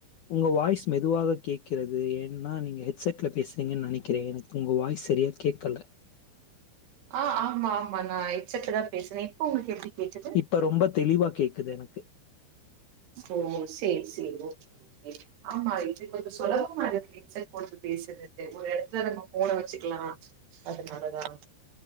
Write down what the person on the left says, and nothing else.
உங்க வாய்ஸ் மெதுவாக கேக்கிறது. ஏன்னா நீங்க ஹெட்செட்ல பேசுறீங்கன்னு நெனைக்கிறேன். எனக்கு உங்க வாய்ஸ் சரியா கேக்கல.
இப்ப ரொம்ப தெளிவா கேக்குது எனக் கு